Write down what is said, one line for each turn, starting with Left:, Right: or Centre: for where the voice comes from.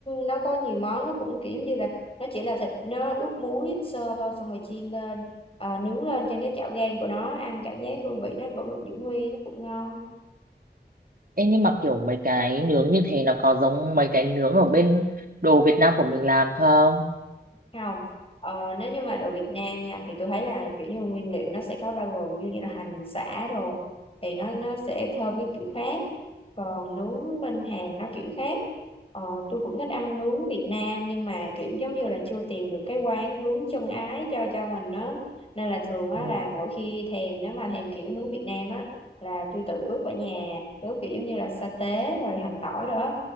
Left: nó có nhiều món nó cũng kiểu giống như là nó chỉ là thịt nó ướp muối sơ thôi xong rồi chiên lên à, nướng lên trên cái chảo gang của nó ăn cảm giác hương vị nó vẫn được giữ nguyên nó cũng ngon
Right: Ê, nhưng mà kiểu mấy cái nướng như thế nó có giống mấy cái nướng ở bên đồ Việt Nam của mình làm không?
Left: không ờ, nếu như mà đồ Việt Nam nha thì tôi thấy là kiểu như nguyên liệu nó sẽ có bao gồm như như là hành sả đồ thì nó nó sẽ thơm cái kiểu khác còn nướng bên Hàn nó kiểu khác ờ, tôi cũng thích ăn nướng Việt Nam nhưng mà kiểu giống như là chưa tìm được cái quán nướng chân ái cho cho mình đó nên là thường á
Right: Ừ.
Left: là mỗi khi thèm nếu mà thèm kiểu nướng Việt Nam á là tôi tự ướp ở nhà ướp kiểu giống như là sa tế rồi hành tỏi đó